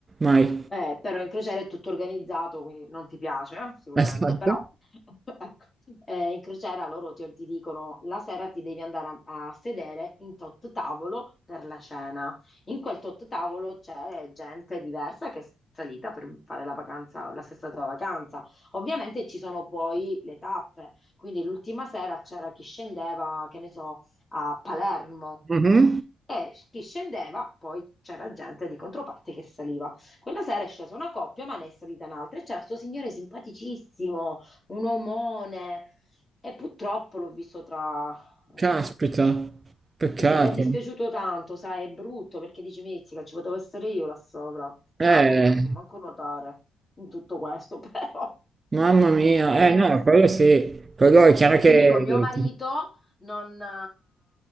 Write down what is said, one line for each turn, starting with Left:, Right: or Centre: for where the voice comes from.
Right: mai.
Left: Eh, però in crociera è tutto organizzato, quindi non ti piace, eh, sicuramente,
Right: Esatto.
Left: però <laughs> ecco, eh, in crociera loro ti, ti dicono la sera ti devi andare a, a sedere in tot tavolo per la cena. In quel tot tavolo c'è gente diversa che è salita per fare la vacanza, la stessa tua vacanza. Ovviamente ci sono poi le tappe, quindi l'ultima sera c'era chi scendeva, che ne so, a Palermo
Right: Mh-mh.
Left: e chi scendeva, poi c'era gente di controparte che saliva. Quella sera è scesa una coppia, ma ne è salita un'altra e c'era questo signore simpaticissimo, un omone. E purtroppo l'ho visto tra... eh,
Right: Caspita, peccato.
Left: mi è dispiaciuto tanto, sai, è brutto perché dici, mizzica, ci potevo essere io là sopra. Tra
Right: Eh,
Left: l'altro io non so manco nuotare in tutto questo, <laughs> però...
Right: mamma mia,
Left: Eh
Right: eh no,
Left: sì.
Right: quello sì, quello è chiaro
Left: E
Right: che
Left: ti dico, mio marito non, eh,